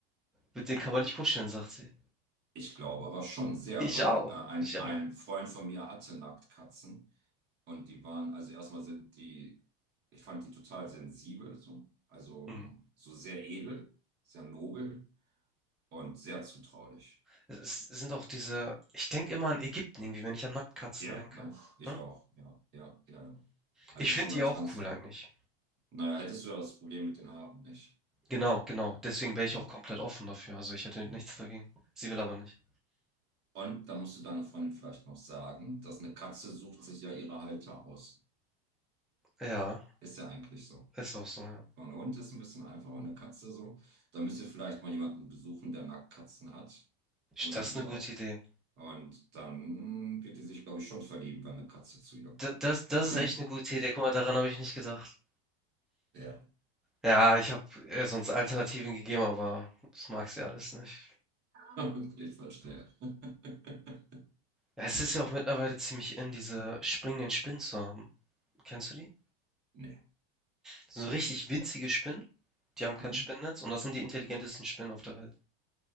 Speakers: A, in the centre; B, on the right.
A: „Mit denen kann man nicht kuscheln“, sagt sie.
B: ich glaube, aber schon
A: <laughs>
B: sehr,
A: Ich
B: weil
A: auch,
B: äh, ein,
A: ich auch.
B: ein Freund von mir hatte Nacktkatzen. Und die waren, also erstmal sind die, ich fand die total sensibel, so. Also
A: Mhm.
B: so sehr edel, sehr nobel. Und sehr zutraulich.
A: Es sind auch diese ich denke immer an Ägypten irgendwie, wenn ich an Nacktkatzen
B: Ja,
A: denke,
B: ne? Ich
A: ne?
B: auch. Ja, ja, ja. ja. Also
A: Ich finde
B: schon
A: die
B: ganz,
A: auch
B: ganz.
A: cool eigentlich.
B: Naja, hättest du ja das Problem mit den Haaren nicht.
A: Genau, genau. Deswegen wäre ich
B: Ja,
A: auch komplett offen dafür. Also, ich hätte
B: ja.
A: nichts dagegen. Sie will aber nicht.
B: Und da musst du deiner Freundin vielleicht noch sagen, dass eine Katze sucht sich ja ihre Halter aus.
A: Ja,
B: Ist ja eigentlich so.
A: ist auch so, ja.
B: Und ein Hund ist ein bisschen einfacher, eine Katze so. Da müsst ihr vielleicht mal jemanden besuchen, der Nacktkatzen hat. Oder
A: das
B: die
A: ist eine gute
B: auch.
A: Idee.
B: Und dann wird die sich, glaube ich, schon verlieben, wenn eine Katze zu ihr kommt.
A: D das das
B: <laughs>
A: ist echt eine gute Idee. Guck mal, daran habe ich nicht gedacht.
B: Ja.
A: Ja, ich habe ihr sonst Alternativen gegeben, aber das mag sie alles nicht.
B: Hybrid verstehe. <laughs>
A: Ja, es ist ja auch mittlerweile ziemlich in, diese springenden Spinnen zu haben. Kennst du die?
B: Nee.
A: So richtig winzige Spinnen, die haben kein
B: Hm.
A: Spinnennetz und das sind die intelligentesten Spinnen auf der Welt.